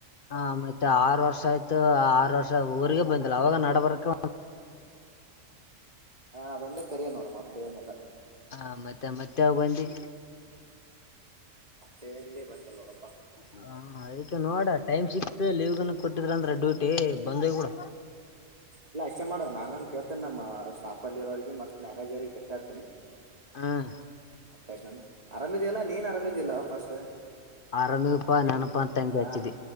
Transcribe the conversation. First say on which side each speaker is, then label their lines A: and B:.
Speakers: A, on the left; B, on the right.
A: ಹ ಮತ್ತೆ ಆರು ವರ್ಷ ಆಯ್ತು ಆರು ವರ್ಷ ಅವಊರಿಗೆ ಬಂದಿಲ್ಲ ಅವಾಗ ನಡಬರಕ್ಕೆ
B: ಹಾ ಹ ಅದೊಂದೇ ಕರ ನೋಡು ಮತ್ತೆ ಏನೆಲ್ಲ
A: ಹಾ ಮತ್ತೆ ಮತ್ತೆಾವ ಬಂದು
B: ಡೆಲ್ಲಿಿ ಬನ್ಕಲ್ಲೋಣ
A: ಹ ಅದಕ್ಕೆ ನೋಡ ಟೈಮ್ ಸಿಕ್ತ ಲೀವ್ನ ಕೊಟ್ಟಿದ್ರ ಅಂದ್ರ ಡ್ಯೂಟಿ ಬಂದೇ ಕೂಡ
B: ಇಲ್ಲ ಅಷ್ಟೇ ಮಾಡ ನಾನನ್ ಕೇಳ್ತೇನೆ ನಮ್ಮ ಸ್ಟಾಫ ಅಲ್ಲಿರೋರಿಗೆ ಮ್ಯಾನೇಜರ್ರಿಗೆ ಬಿಟ್ಟು ಬ ಆ್ತನ
A: ಹ್ಮ
B: ಬಟ್ಟ ಆಯ್ತ ಆರಾಮ್ಿದಲ್ಲ ನೀನ್ ಆರಾಮಿದಿಲ್ಲ ಫಸ್ಟ್
A: ಆರಾಮಿಗಪ್ಪಾ
B: ನೀನ್
A: ನಾನಪಾ ಅಂತ ಹಂಗೆ
B: ಹ
A: ಹಚ್ಚಿದಿ